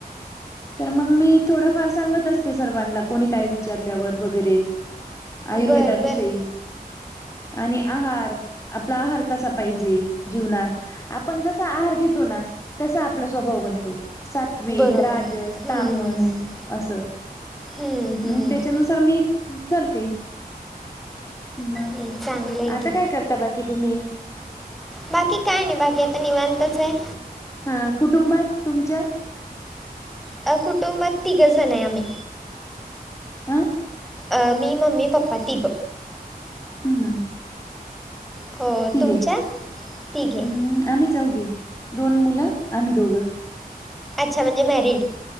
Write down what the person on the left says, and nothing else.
तर मग मी थोडंफार सांगत असते सर्वांना कोणी काय विचारल्यावर वगैरे. आयुर्वेदाविषयी
आणि आहार आपला आहार कसा पाहिजे जीवनात. आपण जसा आहार घेतो ना तसा आपला स्वभाव बनतो. सात्विक,
राजस,
तामस असं
मग त्याच्यानु सार मी करते. म
आता
काय करता बाकी तुम्ही?
हा कुटुंबात तुमच्या?
आ?
हम्म, हम्म.
तिघे
हम्म आम्ही चौघी, दोन मुलं, आम्ही दोघ.